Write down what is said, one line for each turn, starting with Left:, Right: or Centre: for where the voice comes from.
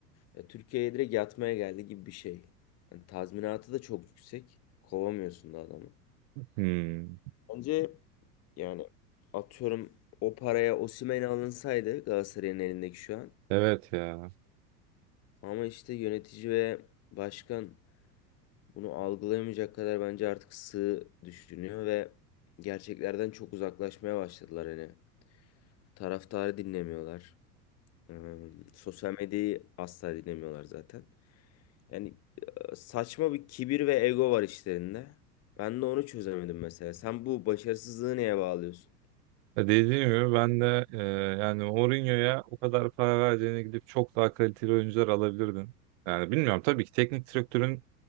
Left: Ya Türkiye'ye direkt yatmaya geldi gibi bir şey. Yani tazminatı da çok yüksek. Kovamıyorsun da adamı.
Right: Hmm,
Left: Bence yani atıyorum o paraya Osimhen alınsaydı Galatasaray'ın elindeki şu an.
Right: evet ya.
Left: Ama işte yönetici ve başkan bunu algılayamayacak kadar bence artık sığ düşünüyor ve gerçeklerden çok uzaklaşmaya başladılar hani. Taraftarı dinlemiyorlar. Ee, sosyal medyayı asla dinlemiyorlar zaten. Yani e, saçma bir kibir ve ego var işlerinde. Ben de onu çözemedim mesela. Sen bu başarısızlığı neye bağlıyorsun?
Right: Ya Dediğim gibi ben de e, yani Mourinho'ya o kadar para vereceğine gidip çok daha kaliteli oyuncular alabilirdin. Yani bilmiyorum tabii ki teknik direktörün